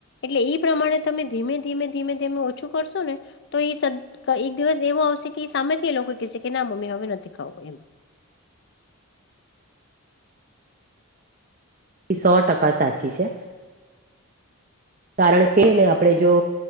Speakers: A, on the left; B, on the right.
A: એટલે એ પ્રમાણે તમે ધીમે ધીમે ધીમે ધીમે ઓછું કરશો ને. તો એ એક દિવસ એવો આવશે કે સામેથી એ લોકો કહે કે ના મમ્મી હવે નથી ખાવું એમ.
B: એ સો ટકા સાચી છે. કારણ કે ને આપણેે જો